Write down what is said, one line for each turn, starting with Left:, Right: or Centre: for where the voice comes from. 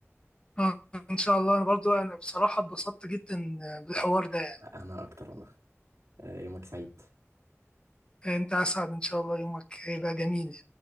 Left: آه، إن شاء الله أنا برضو أنا بصراحة اتبسطت جدا بالحوار ده يعني
Right: انا اكتر والله آه، يومك سعيد
Left: آه، أنت أسعد إن شاء الله يومك هيبقى جميل